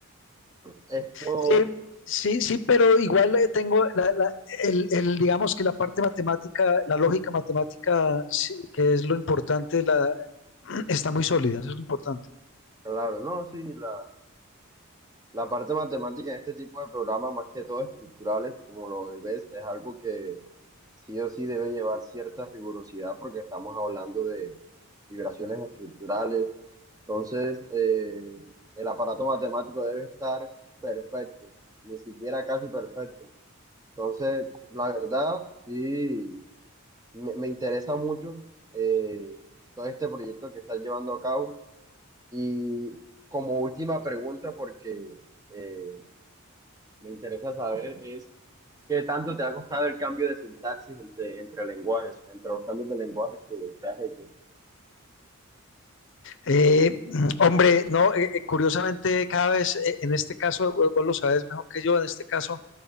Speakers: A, on the right; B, on the left.
A: <laughs> Esto,
B: Sí, sí, sí, pero igual eh, tengo la, la- el, el, digamos que la parte matemática, la lógica matemática, sí, que es lo importante, la, está muy sólida, eso es lo importante.
A: claro, no, sí, la, La parte matemática en este tipo de programas, más que todo estructurales, como lo ves, es algo que sí o sí debe llevar cierta rigurosidad porque estamos hablando de vibraciones estructurales. Entonces, eh, el aparato matemático debe estar perfecto, ni siquiera casi perfecto. Entonces, la verdad, sí, me, me interesa mucho eh, todo este proyecto que estás llevando a cabo. Y como última pregunta, porque... eh, me interesa saber es qué tanto te ha costado el cambio de sintaxis entre, entre lenguajes, entre los cambios de lenguajes que te has hecho.
B: Eh, hombre, no, eh, eh, curiosamente cada vez, eh, en este caso, vos, vos lo sabes mejor que yo, en este caso,